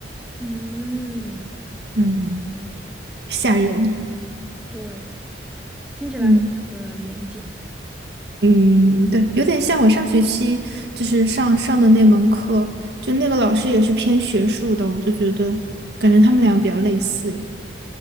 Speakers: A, in the centre; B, on the right (about 60°).
A: 嗯，
B: 嗯，吓人。
A: 对，听起来非常的严谨。
B: 嗯。嗯，对，有点像我上学期就是上上的那门课，就那个老师也是偏学术的，我就觉得感觉他们俩比较类似诶。